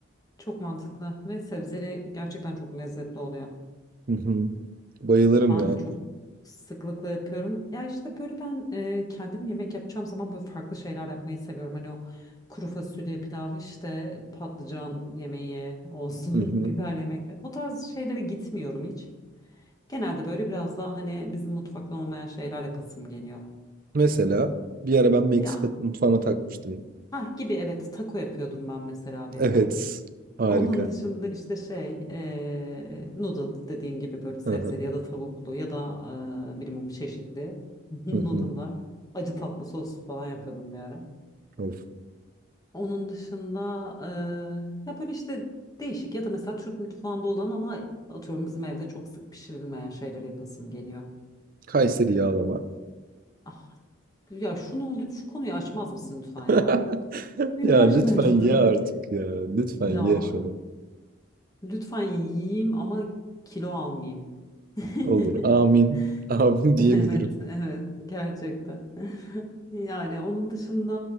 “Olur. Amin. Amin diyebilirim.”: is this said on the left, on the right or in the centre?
Right